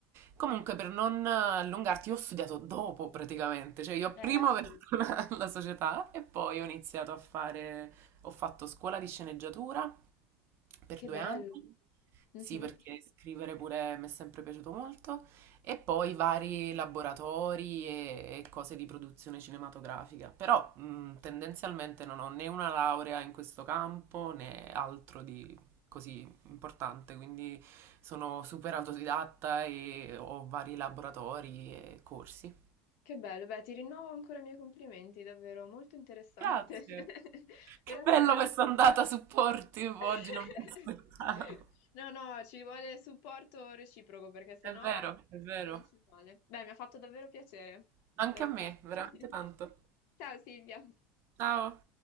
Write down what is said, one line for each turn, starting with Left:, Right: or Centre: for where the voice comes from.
Right: Comunque, per non allungarti, io ho studiato dopo praticamente, cioè io
Left: Eh
Right: prima
Left: sì.
Right: ho aperto <laughs> la la società e poi ho iniziato a fare, ho fatto scuola di sceneggiatura per
Left: Che
Right: due
Left: bello.
Right: anni.
Left: Mhm.
Right: Sì, perché scrivere pure mi è sempre piaciuto molto. E poi vari laboratori e, e cose di produzione cinematografica. Però mh, tendenzialmente non ho né una laurea in questo campo né altro di così importante. Quindi sono super autodidatta e ho vari laboratori e corsi.
Left: Che bello. Beh, ti rinnovo ancora i miei complimenti, davvero molto interessante.
Right: Grazie.
Left: <laughs>
Right: Che
Left: Veramente.
Right: bello questa andata supportive
Left: <laughs>
Right: oggi, non me l'aspettavo.
Left: No, no, ci vuole supporto reciproco perché sennò
Right: È vero, è
Left: si
Right: vero.
Left: finisce male. Beh, mi ha fatto davvero piacere.
Right: Anche
Left: Davvero.
Right: a me, veramente
Left: <laughs>
Right: tanto.
Left: Ciao Silvia.
Right: Ciao.